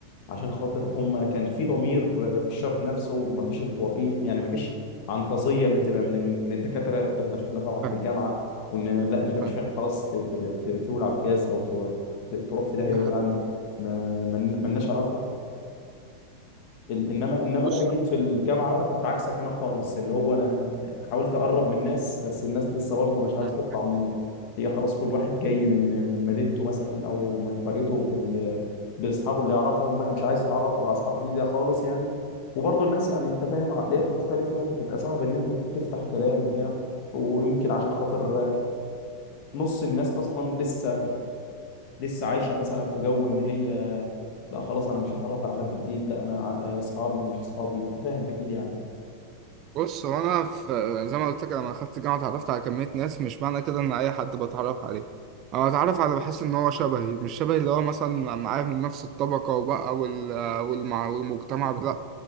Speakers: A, on the left (about 45°); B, on the right (about 35°).
A: عشان خاطر هم كان في ضمير آه، في الشرح نفسه ومفيش انطوائيه يعني مفيش عنطزيه اللي بتبقى من من الدكاتره اللي احنا شفناها طبعا
B: فاهم
A: في الجامعه وان لا انت مش
B: فاهم
A: فاهم خلاص ت- ت- ت- تولع بجاز او ت- ت- تروح في داهيه
B: ده
A: بعيد
B: حقيقي
A: ما من- ملناش علاقه إن- انما انما
B: بص
A: بقى جيت في الجامعه بقى كنت عكسك انا خالص اللي هو انا حاولت اقرب من الناس بس الناس لسه برضه مش عايزه
B: مم.
A: تطلع من هي خلاص كل واحد جاي من من مدينته مثلا او من قريته بال... باصحابه اللي يعرفهم بقى مش عايز يتعرف على اصحاب جديده خالص يعني وبرضه الناس يعني انت فاهم عقليات مختلفه بتبقى صعب ان انت تفتح كلام بتاع ويمكن عشان خاطر آه، نص الناس اصلا لسه في... لسه عايشه مثلا في جو ان هي لا خلاص انا مش هتعرف على حد جديد لا انا ع- آه، اصحابي ومش اصحابي انت فاهم اكيد يعني
B: بص هو انا في زي ما قلت لك لما دخلت الجامعه اتعرفت على كميه ناس مش معنى كده ان اي حد بتعرف عليه انا بتعرف على اللي بحس ان هو شبهي مش شبهي اللي هو مثلا معايا من نفس الطبقه وبقى وال والمع والمجتمع لا